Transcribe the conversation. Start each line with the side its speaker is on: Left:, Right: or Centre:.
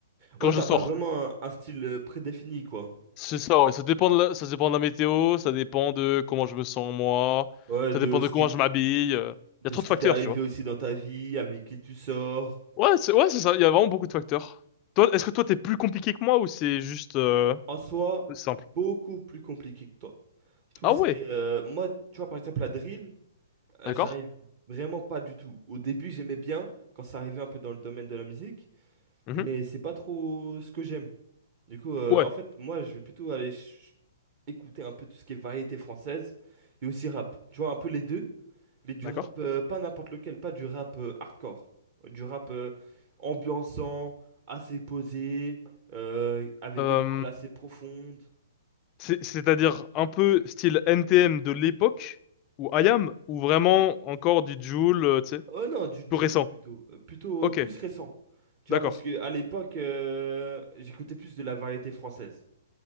Left: quand
Right: Ouais,
Left: je
Right: t'as
Left: sors.
Right: pas vraiment un, un style euh, prédéfini, quoi.
Left: C'est ça, ouais. Ça dépend de la, ça dépend de la météo, ça dépend de comment je me sens moi,
Right: Ouais,
Left: ça
Right: de
Left: dépend
Right: ce
Left: de comment
Right: qui,
Left: je m'habille. euh.
Right: de
Left: Il y a trop
Right: ce
Left: de
Right: qui
Left: facteurs,
Right: t'est arrivé
Left: tu vois.
Right: aussi dans ta vie, avec qui tu sors.
Left: Ouais, c'est ouais, c'est ça. Il y a vraiment beaucoup de facteurs. Toi, est-ce que toi, t'es plus compliqué que moi ou c'est juste euh,
Right: En soi,
Left: simple?
Right: beaucoup plus compliqué que toi. Tout
Left: Ah
Right: ce
Left: ouais,
Right: qui est, euh, moi, tu vois, par exemple, la drill, euh,
Left: d'accord.
Right: j'arrive vraiment pas du tout. Au début, j'aimais bien quand ça arrivait un peu dans le domaine de la musique,
Left: Mhm.
Right: mais c'est pas trop ce que j'aime. Du coup, euh,
Left: Ouais,
Right: en fait, moi, je vais plutôt aller ch- écouter un peu tout ce qui est variété française et aussi rap. Tu vois, un peu les deux, mais du
Left: d'accord.
Right: rap, euh, pas n'importe lequel, pas du rap euh, hardcore. Du rap euh, ambiançant, assez posé, euh, avec
Left: Euh,
Right: des paroles assez profondes.
Left: c'est- c'est-à-dire un peu style NTM de l'époque, ou IAM, ou vraiment encore du Joule, euh, tu sais,
Right: Oh non, du Joule
Left: plus récent.
Right: plutôt, Euh, plutôt
Left: Ok,
Right: euh, plus récent. Tu
Left: d'accord.
Right: vois, parce que à l'époque, euh, j'écoutais plus de la variété française.